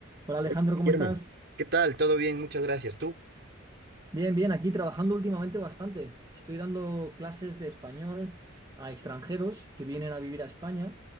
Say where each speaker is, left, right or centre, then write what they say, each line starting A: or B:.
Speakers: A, on the right; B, on the right.
A: Hola Alejandro,
B: Hola, Guillermo,
A: ¿cómo estás?
B: ¿qué tal? ¿Todo bien? Muchas gracias. ¿Tú?
A: Bien, bien, aquí trabajando últimamente bastante. Estoy dando clases de español a extranjeros que vienen a vivir a España